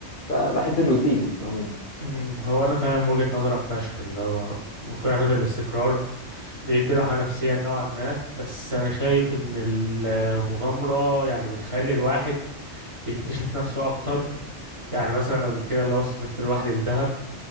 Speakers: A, on the left; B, on the right.
A: فبحب الروتين عموما
B: مم. هو أنا فاهم وجهة نظرك فشخ اللي هو وفعلا الاستقرار بيدي راحة نفسية نوعا ما بس أنا شايف إن المغامرة يعني بتخلي الواحد يكتشف نفسه أكتر يعني مثلا قبل كده اللي هو سافرت لوحدي لدهب